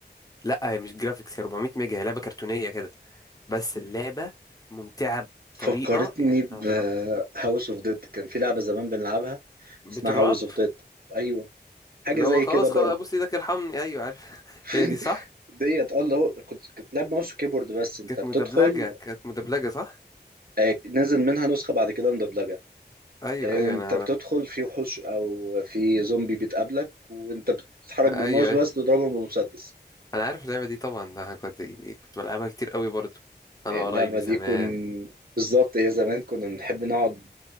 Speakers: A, on the left (about 20°); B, on the right (about 55°).
A: لا هي مش جرافيكس هي 400 ميجا هي لعبة كرتونية كده بس اللعبة ممتعة
B: فكرتني
A: بطريقة يعني
B: ب
A: أنا وأصحابي
B: هاوس اوف ديد كان في لعبة زمان بنلعبها اسمها
A: بتراب
B: هاوس اوف ديد ايوه حاجة
A: اللي
B: زي
A: هو خلاص
B: كده برضه
A: خلاص أبوس إيدك ارحمني أيوة عارف <laughs>
B: <laughs>
A: هي دي صح
B: ديت اه اللي هو كنت كنت لعب ماوس وكيبورد بس انت
A: كانت
B: بتدخل
A: مدبلجة كانت مدبلجة صح
B: آه، نازل منها نسخة بعد كده مدبلجة
A: أيوة
B: آه،
A: أيوة
B: انت
A: أنا
B: بتدخل
A: أنا
B: في وحوش او في زومبي بتقابلك وانت بتتحرك
A: أيوة
B: بالماوس
A: أيوة
B: بس تضربهم بمسدس
A: أنا عارف اللعبة دي طبعا أنا كنت يعني كنت بلعبها كتير أوي برضو أنا
B: اللعبة
A: وقرايبي
B: دي
A: زمان
B: كن بالظبط هي زمان كنا بنحب نقعد